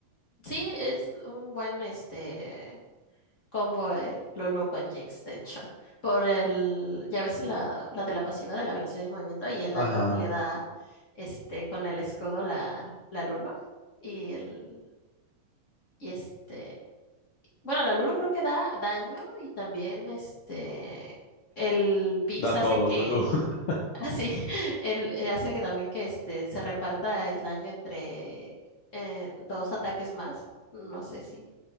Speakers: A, on the left (about 35°); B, on the left (about 80°).
A: Sí, es un buen este combo eh, Lulu con Jinx, de hecho. Por el, ya ves la, la de la pasiva de la velocidad de movimiento y el
B: Ajá.
A: daño que le da este con el escudo la, la Lulu. Y el, y este, bueno, la Lulu creo que da daño y también este el Pix
B: Da todo,
A: hace que
B: Lulu. <laughs>
A: <laughs> así el eh, hace que también que este se reparta el daño entre eh, dos ataques más. No sé si.